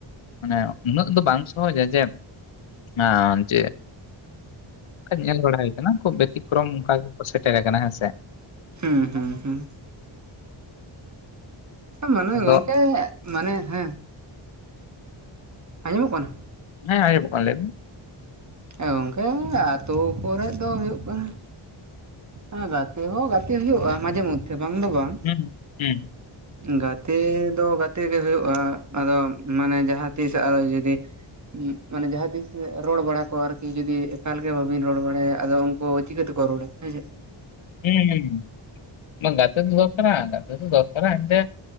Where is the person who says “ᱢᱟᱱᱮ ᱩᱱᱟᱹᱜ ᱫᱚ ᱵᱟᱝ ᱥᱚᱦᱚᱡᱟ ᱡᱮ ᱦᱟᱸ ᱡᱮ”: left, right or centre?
Left